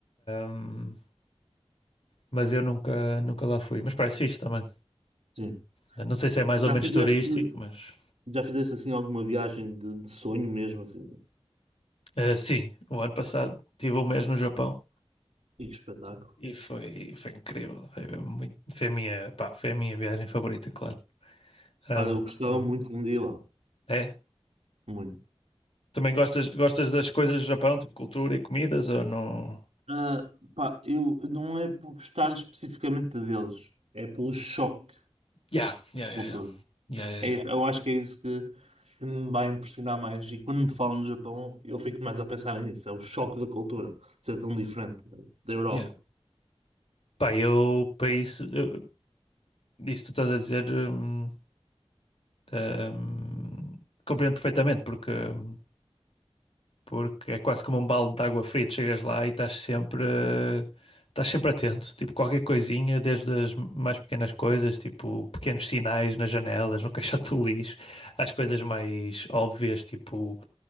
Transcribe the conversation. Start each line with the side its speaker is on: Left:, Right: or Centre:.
Left: hum, mas eu nunca, nunca lá fui. Mas parece fixe também.
Right: Sim.
Left: Eh, Não sei se é mais
Right: Já
Left: ou menos
Right: fizeste,
Left: turístico, mas
Right: já fizeste assim alguma viagem de, de sonho mesmo, assim?
Left: eh, sim, o ano passado tive um mês no Japão
Right: E que espetáculo.
Left: e foi, foi incrível. Foi, mesmo muito, foi a minha, pá, foi a minha viagem favorita, claro. Ahm,
Right: Olha, eu gostava
Left: hum,
Right: muito de um dia lá.
Left: é.
Right: Muito.
Left: Também gostas, gostas das coisas do Japão, tipo cultura e comidas, ou não?
Right: Ah, pá, eu não é por gostar especificamente deles, é pelo choque
Left: Yeah, yeah, yeah,
Right: cultural.
Left: yeah. Yeah, yeah,
Right: É
Left: yeah.
Right: isso, eu acho que é isso que, que me vai impressionar mais. E quando me falam no Japão, eu fico mais a pensar nisso. É o choque da cultura, de ser tão diferente da Europa.
Left: Yeah. Pá, eu, para isso, eu, isso que tu estás a dizer, hum, hum, compreendo perfeitamente, porque hum, porque é quase como um balde de água fria. Tu chegas lá e estás sempre, eh, estás sempre atento, tipo qualquer coisinha, desde as mais pequenas coisas, tipo pequenos sinais nas janelas, no <laughs> caixote do lixo, às coisas mais óbvias, tipo